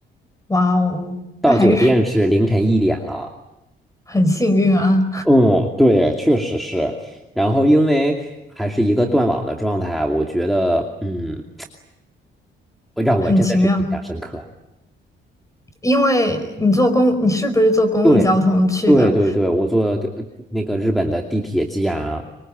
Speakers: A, on the left; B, in the centre.
A: 哇哦，
B: 到酒店是凌晨一点了。
A: 那还是 <laughs> 很幸运啊，
B: 嗯，对，确实是。然后因为还是一个断网的状态，我觉得，嗯，让我真的是印象深刻。
A: 很奇妙。因为你坐公，你是不是坐公共交通去的，
B: 对，对对对，我坐呃那个日本的地铁机啊